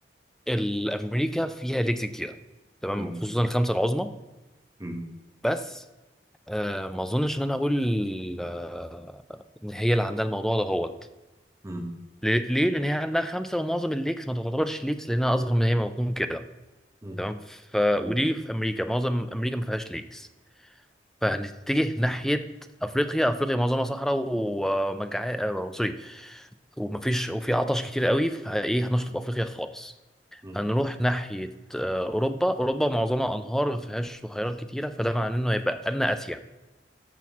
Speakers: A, in the centre; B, on the right (about 20°).
A: الامريكا فيها ليكس كتير تمام
B: مم،
A: خصوصا الخمسه العظمى
B: مم،
A: بس آه، ما اظنش ان انا اقول آه، ان هي اللي عندها الموضوع ده هو
B: مم،
A: ليه؟ ليه؟ لأن هي عندها خمسة ومعظم الليكس ما تعتبرش ليكس لأنها أصغر من هي ما بتكون كده
B: مم،
A: تمام ف... ودي
B: تمام
A: في أمريكا معظم أمريكا ما فيهاش ليكس فهنتجه ناحية أفريقيا أفريقيا معظمها صحراء ومجع آه، سوري ومفيش وفي عطش كتير قوي فإيه هنشطب أفريقيا خالص
B: مم،
A: هنروح ناحية آه، أوروبا أوروبا معظمها أنهار ما فيهاش بحيرات كتيرة فده معناه إنه هيبقى لنا آسيا